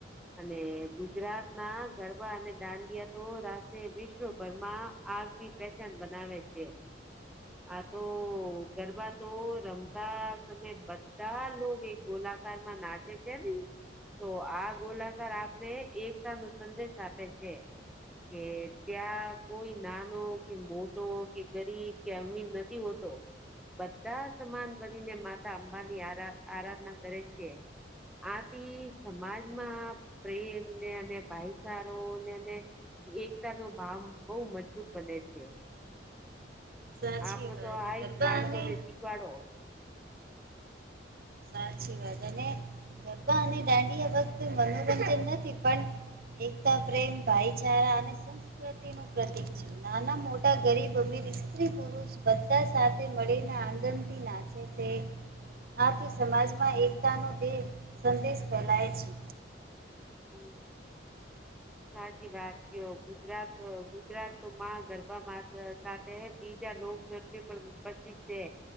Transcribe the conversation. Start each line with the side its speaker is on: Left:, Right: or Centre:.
Centre: અને ગુજરાત ના ગરબા અને દાંડિયા તો રા વિશ્વભરમાં આગવી પહેચાન બનાવે છે. આ તો ગરબા તો રમતા તમે બધ બધા લોગ એક ગોલાકારમાં નાચે છે નને તો આ ગોલાકાર આપને એકતા નો સંદેશ આપે છે. કે ત્યાં કોઈ નાનો કે મોટો કે ગરીબ કે અમીર નથી હોતો બધા સમાન બનીને માતા બાબા ની આ આરાધના કરે છે. આથી સમાજમાં પ્રેમ ને અને ભાઈચારો ને એકતા નો ભાવ બહુ મજબૂત બને છે.
Right: સાચી
Centre: આપનો
Right: વાત
Centre: તો આઈ
Right: ગરબા
Centre: જ બાળકો
Right: અને
Centre: ને શીખવાડો
Right: સાચી વાત અને ગરબા અને દાંડી આ વખતે મનોરંજન નથી પણ એકતા પ્રેમ ભાઈચારા અને સંસ્કૃતિ નું પ્રતિક છે. નાના-મોટા, ગરીબ-અમીર, સ્ત્રી-પુરુષ બધા સાથે મળીને આગંદથી નાચે આથી સમાજમાં એકતાનો સંદેશ ફેલાય છે.
Centre: હમ સાચી વાત કયો ગુજરાત ગુજરાત તો માં ગરબા સાથે બીજા લોક પણ પ્રસિદ્ધ છે